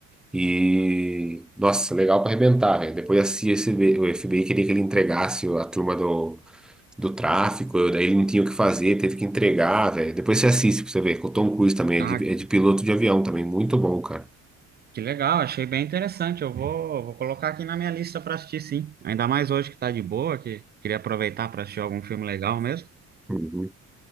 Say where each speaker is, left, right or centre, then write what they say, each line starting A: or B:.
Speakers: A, in the centre; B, on the right (about 30°).
A: E. Nossa, legal pra arrebentar, velho. Depois a CIA, esse B- o FBI queria que ele entregasse a turma do, do tráfico, daí ele não tinha o que fazer, teve que entregar, velho. Depois você assiste pra você ver, que o Tom Cruise também
B: Ah,
A: é de, é de piloto de avião também, muito bom, cara.
B: que legal, achei bem interessante. Eu vou, vou colocar aqui na minha lista para assistir, sim. Ainda mais hoje que tá de boa, que queria aproveitar para assistir algum filme legal mesmo.
A: Uhum.